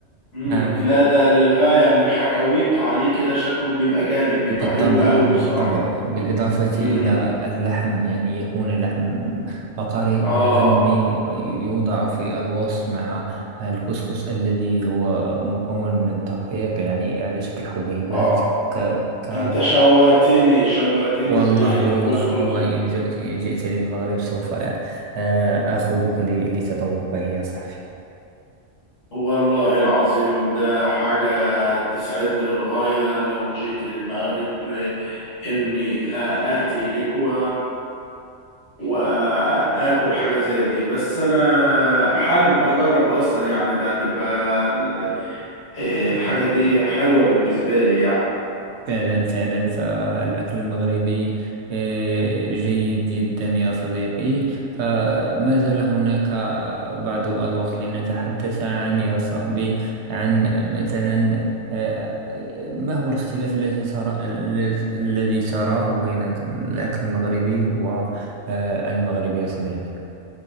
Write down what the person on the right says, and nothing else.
نعم
بالطبع
بالطبع
بالإضافة
إلى اللحم يعني يكون اللحم بقري
أو غنمي يوضع في الوصف مع الكسكس الذي هو مكون من الدقيق يعني على شكل حبيبات
ك ك
والله
والله
والله إن جئت إن جئت للمغرب سوف آ- آ- آخذك ل- لتذوقه يا صاحبي
فعلا فعلا فالأكل المغربي آه، جيد جدا يا صديقي فما زال هناك بعض الوقت لنتحدث عن يا صاحبي عن مثلا آه، ما هو الاختلاف الذي ترى الذي تراه بين الأكل المغربي والمغربي يا صديقي